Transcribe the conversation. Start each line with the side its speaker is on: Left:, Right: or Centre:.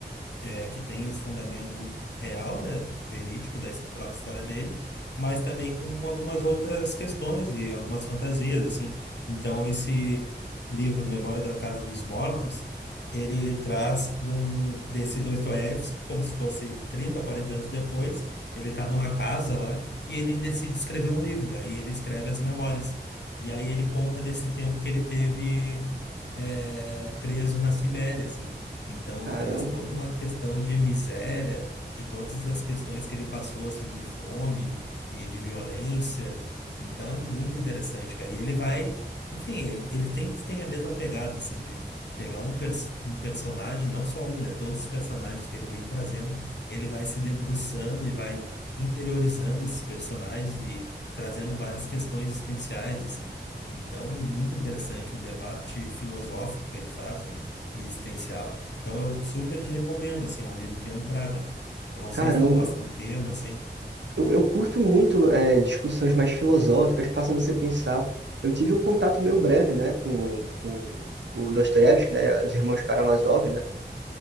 Left: é, que tem esse fundamento real, né, verídico da própria história dele, mas também com algumas outras questões e algumas fantasias, assim. Então, esse livro, Memória da Casa dos Mortos, ele traz de um, desse Dostoiévski, como se fosse 30, 40 anos depois, ele está numa casa lá e ele decide escrever um livro, aí ele escreve as memórias. E aí ele conta desse tempo que ele teve eh, preso na Sibéria, assim. Então
Right: Caramba,
Left: traz toda uma questão de miséria, de todas as questões que ele passou assim de fome e de violência. Então é muito interessante, cara. E ele vai, enfim, ele ele sempre tem a mesma pegada assim de pegar um, pers um personagem, não só um, né? Todos os personagens que ele vem trazendo, ele vai se debruçando e vai interiorizando esses personagens e trazendo várias questões existenciais assim. Então é muito interessante o debate filosófico que ele faz, né, e existencial. Então eu super te recomendo, assim, é um livro de entrada, cara. Eu não
Right: caramba.
Left: sei se tu gosta do tema, assim.
Right: Eu, eu curto muito é, discussões mais filosóficas, que façam você pensar. Eu tive um contato meio breve, né, com, com o Dostoiévski, né, os irmãos Karamazov, né,